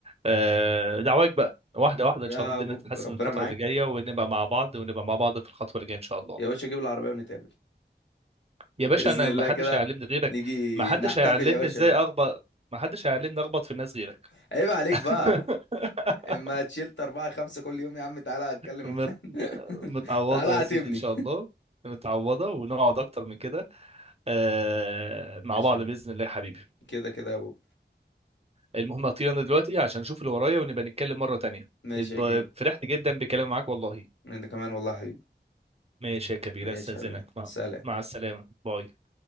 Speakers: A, on the right; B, on the left.
A: آه، دعواك بقى واحده واحده
B: يا
A: ان شاء الله الدنيا
B: بوب
A: تتحسن
B: ربنا
A: الفتره
B: معاك
A: اللي جايه ونبقى مع بعض ونبقى مع بعض في الخطوه اللي جايه ان شاء الله
B: يا باشا جيب العربية ونتقابل
A: يا باشا
B: بإذن
A: انا
B: الله
A: ما حدش
B: كده
A: هيعلمني غيرك
B: نيجي
A: ما حدش
B: نحتفل
A: هيعلمني
B: يا باشا
A: ازاي اخبط ما حدش هيعلمني اخبط في الناس غيرك
B: <laughs> عيب عليك
A: <laughs>
B: بقى اما تشيلت أربعة خمسة كل يوم يا عم تعالى اتكلم
A: مت...
B: <laughs>
A: متعوضة
B: تعالى عاتبني
A: يا سيدي إن شاء الله متعوضة ونقعد أكتر من كده آه،
B: <laughs>
A: مع
B: ماشي
A: بعض
B: يا
A: بإذن
B: بوب.
A: الله يا حبيبي
B: كده كده يا بوب
A: المهم هطير انا دلوقتي عشان اشوف اللي ورايا ونبقى نتكلم مرة تانية
B: ماشي
A: اتب-
B: يا كبير
A: فرحت جدا بكلام معاك والله
B: انت كمان والله يا حبيبي
A: ماشي يا كبير
B: ماشي
A: استاذنك
B: يا حبيبي
A: مع
B: سلام
A: مع السلامة باي